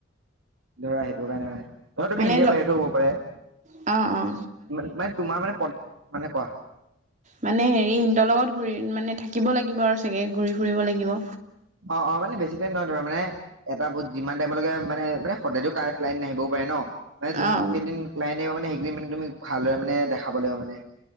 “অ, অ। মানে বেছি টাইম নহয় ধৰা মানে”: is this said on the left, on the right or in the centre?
Right